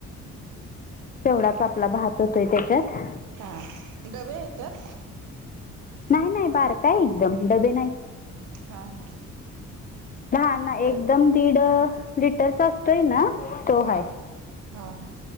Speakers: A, on the left; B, on the right.
A: तेवढाच आपला भहात होतोय त्याच्यात
B: हा डबे येतात
A: नाही नाही बार काय एकदम डबे नाही
B: हा हा
A: ह ना
B: चल
A: एकदम दीड लिटरचा असतोय ना तो
B: हा
A: ह
B: हा हा